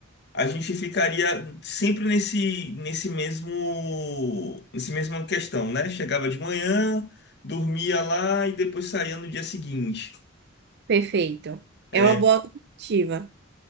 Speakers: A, on the left; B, on the right.
A: a gente ficaria sempre nesse, nesse mesmo, nesse mesma questão, né? Chegava de manhã, dormia lá e depois saía no dia seguinte.
B: Perfeito.
A: É,
B: É uma boa alternativa.